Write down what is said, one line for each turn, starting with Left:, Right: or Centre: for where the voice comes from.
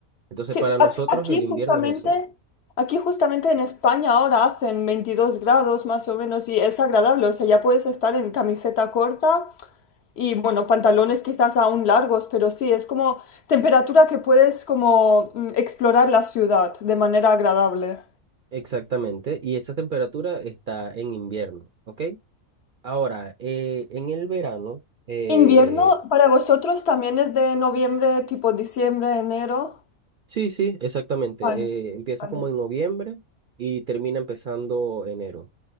Right: Entonces
Left: Sí,
Right: para nosotros
Left: a- aquí
Right: el invierno
Left: justamente,
Right: es eso.
Left: aquí justamente en España ahora hacen 22 grados más o menos y es agradable, o sea, ya puedes estar en camiseta corta Y bueno, pantalones quizás aún largos, pero sí, es como temperatura que puedes como mm, explorar la ciudad de manera agradable.
Right: Exactamente, y esa temperatura está en invierno, ¿ok? Ahora, eh, en el verano, eh,
Left: ¿Invierno para vosotros también es de noviembre, tipo diciembre, enero?
Right: sí, sí, exactamente,
Left: Vale,
Right: eh, empieza
Left: vale.
Right: como en noviembre y termina empezando enero.